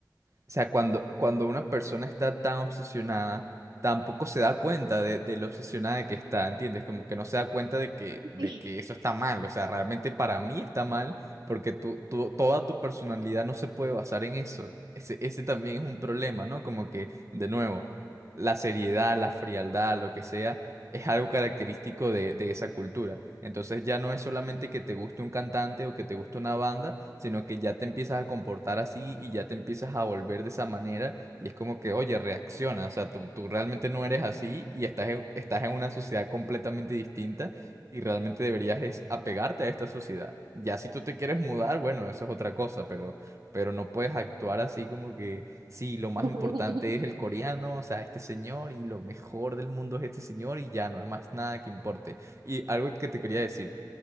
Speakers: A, on the right; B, on the right.
A: o sea, cuando, cuando una persona está tan obsesionada, tampoco se da cuenta de, de lo obsesionada que está, ¿entiendes? Como que no se da cuenta de que,
B: <laughs>
A: de
B: sí.
A: que eso está mal. O sea, realmente para mí está mal porque tú, tú- toda tu personalidad no se puede basar en eso. Ese, ese también es un problema, ¿no? Como que, de nuevo, la seriedad, la frialdad, lo que sea es algo característico de, de esa cultura. Entonces ya no es solamente que te guste un cantante o que te guste una banda, sino que ya te empiezas a comportar así y ya te empiezas a volver de esa manera y es como que, oye, reacciona, o sea, tú, tú realmente no eres así y estás en, estás en una sociedad completamente distinta y realmente deberías es apegarte a esta sociedad. Ya si tú te quieres mudar, bueno, eso es otra cosa, pero, pero no puedes actuar así como que... Sí, lo más
B: <laughs>
A: importante es el coreano, o sea, este señor y lo mejor del mundo es este señor y ya no hay más nada que importe. Y algo que te quería decir,